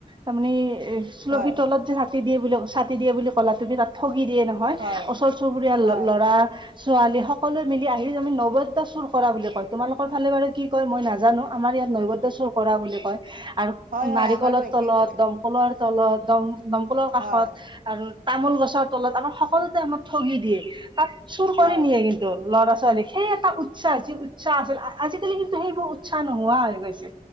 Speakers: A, on the right; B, on the right.
A: তাৰমানে এ তুলহী
B: হয়
A: তলত যে চাতি দিয়ে বুলি কলা তুমি তাত ঠগি দিয়ে নহয়
B: হয়
A: ওচৰ চুবুৰীয়া
B: হয়
A: ল'ৰা ছোৱালী সকলোৱে মিলি আহি আমি নৱদ্য চুৰ কৰা বুলি কয়। তোমালোকৰ ফালে বাৰু কি কয় মই নাজানো আমাৰ ইয়া নৈবদ্য চুৰ কৰা বুলি কয় আৰু
B: হয় হয়
A: নাৰিকলৰ
B: আমাৰো একে
A: তলত
B: কয়
A: দমকলৰ তলত দম দমকলৰ কাষত
B: হয়
A: আৰু তামোল গছৰ তলত আমাৰ সকলোতে আমাৰ ঠগি দিয়ে। তাত চুৰ
B: হয়
A: কৰি নিয়ে কিন্তু ল'ৰা ছোৱালী সেই এটা উৎসাহ যি উচসাহ আছিল আজিকালি কিন্তু সেইবোৰ উৎসাহ নোহোৱা হৈ গৈছিল।